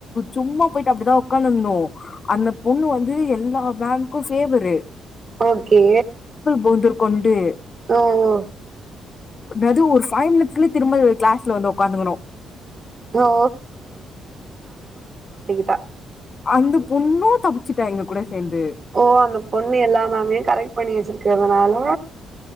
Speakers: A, on the left; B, on the right.
A: சும்மா போயிட்டு அப்படிதான் உக்காந்துர்ந்தோம் அந்த பொண்ணு வந்து எல்லா மேம்கு பெவரு
B: ஓகே
A: போந்துர் கொண்டு
B: ஓ ஓ
A: என்னது ஒரு ஃபைவ் மினிட்ஸ்லயே திரும்ப கிளாஸ்ல வந்து உக்காந்துக்கணு
B: ஓ டா
A: அந்த பொண்ணும் தப்பச்சுட்ட எங்க கூட சேந்து
B: ஓ அந்த பொண்ணு எல்லாமேம்யு கரெக்ட் பண்ணி வச்சிரு கதனால